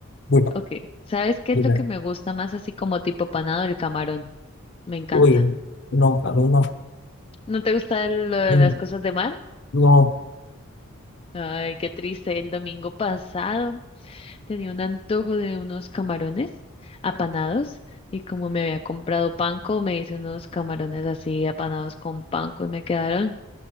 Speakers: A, on the left (about 55°); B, on the left (about 25°).
A: mira,
B: Ok, ¿sabes qué
A: mira,
B: es lo que me gusta más así como tipo panado? El camarón, me encanta.
A: uy, no, a mí no,
B: ¿No te gusta lo de
A: mm,
B: las cosas de mar?
A: no.
B: Ay, qué triste. El domingo pasado Tenía un antojo de unos camarones apanados y como me había comprado panko, me hice unos camarones así apanados con panko y me quedaron